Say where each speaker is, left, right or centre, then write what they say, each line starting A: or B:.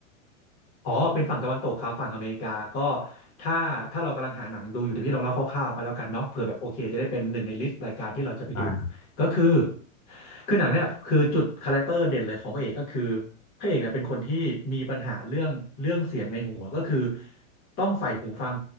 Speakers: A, on the left; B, on the left.
A: อ๋อเป็นฝั่งตะวันตกครับฝั่งอเมริกาก็ถ้าถ้าเรากำลังหาหนังดูอยู่เดี๋ยวพี่ลองเล่าคร่าวๆไปแล้วกันเนาะเผื่อแบบโอเคจะได้เป็นหนึ่งในลิสต์รายการที่เราจะไปดู
B: อ่า
A: ก็คือคือหนังเนี่ยคือจุดคาแรคเตอร์เด่นเลยของพระเอกก็คือพระเอกเนี่ยเป็นคนที่มีปัญหาเรื่องเรื่องเสียงในหัวก็คือต้องใส่หูฟัง